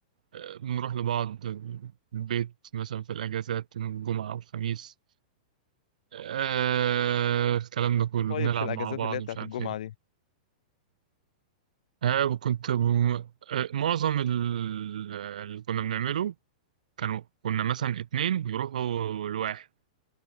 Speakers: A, on the right; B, on the left.
A: آه، بنروح لبعض البيت مثلا في الأجازات من الجمعة والخميس آه الكلام
B: تفكروا
A: ده كله
B: طيب
A: بنلعب
B: في الاجازات
A: مع بعض
B: اللي هي
A: مش
B: بتاعت
A: عارف
B: الجمعة
A: ايه
B: دي
A: آه وكنت بم... آه معظم ال- اللي كنا بنعمله كانوا كنا مثلا اتنين يروحوا لواحد